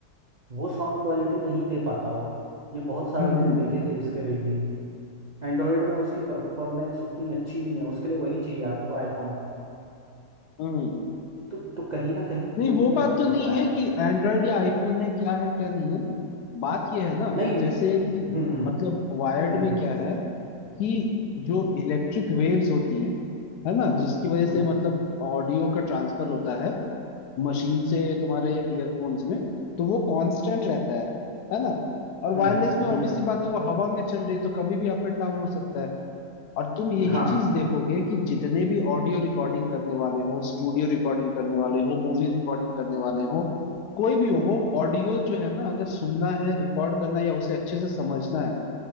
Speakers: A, on the right; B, on the left.
A: वो साउंड क्वालिटी नहीं दे पाता हो ये बहुत सारे
B: हम्म
A: मैंने देखे थे इसके रिव्यू एंड्रॉयड में उसकी परफॉर्मेंस उतनी अच्छी नहीं है उसके लिए वही चाहिए आपको आईफोन
B: हम्म हम्म।
A: तो तो कहीं ना कहीं
B: नहीं
A: ये
B: वो
A: भी
B: बात
A: मैटर
B: तो
A: करता
B: नहीं
A: है
B: है
A: ना
B: कि एंड्रॉयड या आईफोन है क्या है क्या नहीं है बात ये है ना
A: नहीं
B: कि जैसे
A: हम्म
B: कि
A: हम्म
B: मतलब वायर्ड
A: हम्म
B: में
A: हम्म
B: क्या है कि जो इलेक्ट्रिक वेव्स होती है है ना जिसकी वजह
A: हम्म
B: से
A: हम्म।
B: मतलब ऑडियो का ट्रांसफर होता है मशीन से तुम्हारे ईयरफोन्स में तो वो कांस्टेंट रहता है है ना और
A: हम्म
B: वायरलेस
A: हम्म
B: में ऑब्वियसली
A: हम्म, हम्म।
B: बात है वो हवा में चल रही है तो कभी भी अप एंड डाउन हो सकता है और तुम यही
A: हाँ
B: चीज देखोगे कि जितने भी ऑडियो रिकॉर्डिंग करने वाले हो स्टूडियो रिकॉर्डिंग करने वाले हो मूवी रिकॉर्डिंग करने वाले हो कोई भी हो वो ऑडियो जो है ना अगर सुनना है रिकॉर्ड करना है या उसे अच्छे से समझना है